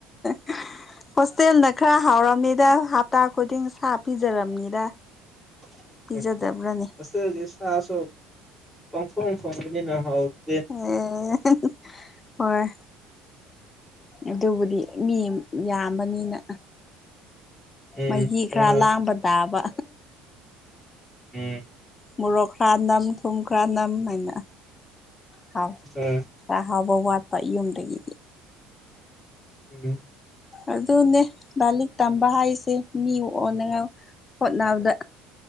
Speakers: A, on the left (about 30°); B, in the centre.
A: <inaudible> ꯍꯣꯁꯇꯦꯜꯅ ꯈꯔ ꯍꯥꯎꯔꯕꯝꯅꯤꯗ ꯍꯞꯇꯥ ꯈꯨꯗꯤꯡ ꯁꯥ ꯄꯤꯖꯔꯝꯅꯤꯗ
B: ꯁꯥ
A: ꯄꯤꯖꯗꯕ꯭ꯔꯅꯦ
B: ꯀꯐ ꯐꯣꯟ
A: ꯑꯣ ꯍꯔ ꯑꯗꯨꯕꯨꯗꯤ ꯃꯤ ꯌꯥꯝꯕꯅꯤꯅ
B: ꯎꯝ
A: ꯃꯍꯤ
B: ꯍꯣꯏ
A: ꯈꯔ
B: ꯍꯣꯏ
A: ꯂꯥꯡꯕ ꯇꯥꯕ
B: ꯍꯦ
A: ꯃꯣꯔꯣꯛꯈ꯭ꯔꯥ ꯅꯝ ꯊꯨꯝꯈ꯭ꯔꯥ ꯅꯝ ꯍꯥꯏꯅ ꯍꯥꯎ
B: ꯍꯣꯏ
A: ꯍꯥꯎꯕ ꯋꯥꯠꯄ ꯌꯨꯝꯗꯒꯤ
B: ꯎꯝ
A: ꯑꯗꯨꯅꯦ ꯂꯥꯏꯂꯤꯛ ꯇꯝꯕ ꯍꯥꯏꯁꯦ ꯃꯤ ꯑꯣꯅꯤꯡꯉꯥꯏ ꯍꯣꯠꯅꯕꯗ